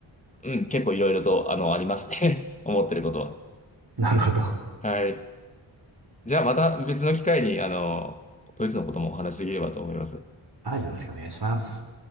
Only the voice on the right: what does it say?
なるほど。
はい、よろしくお願いします。